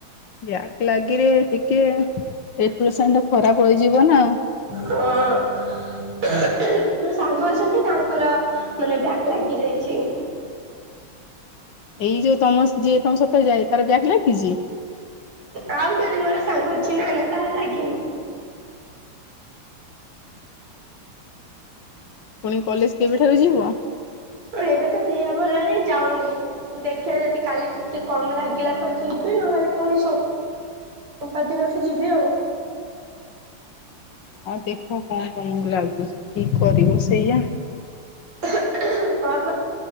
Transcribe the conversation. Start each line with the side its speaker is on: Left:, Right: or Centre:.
Left: ବ୍ୟାକ ଲାଗିରେ ଟିକେ ଏପ୍ରସେନ୍ ଟା ଖରାପ ହେଇଯିବ ନା?
Right: ହଁ। ନା ସାଙ୍ଗ ଅଛନ୍ତି ତାଙ୍କର ମନେ ବ୍ୟାକ ଲାଗି ଯାଇଛି।
Left: ଏଇ ଯୋଉ ତମ ଯିଏ ତମ ସହିତ ଯାଏ, ତାର ବ୍ୟାକ୍ ଲାଗିଚି?
Right: ଆଉ ଜଣେ ମୋର ସାଙ୍ଗ ଅଛି ନା-ନା ତାର ଲାଗିନି।
Left: <unintelligible> ପୁଣି କଲେଜ କେବେଠାରୁ ଯିବ?
Right: ମୋର ଏବେ ତ ଦେହ ଭଲ ନାହିଁ ଯାଉନି। ଦେଖିଆ ଯଦି କାଲି ଟିକେ କମ୍ ଲାଗିଲା ତ ଯିବି, ନହେଲେ ପୁଣି ସୋ ସୋମବାର ଦିନଠୁ ଯିବି ଆଉ।
Left: ହଁ ଦେଖ କଣ ତମକୁ ଲାଗୁଚି, ଠିକ୍ କରିବ ସେଇଆ।
Right: ହଁ ବା।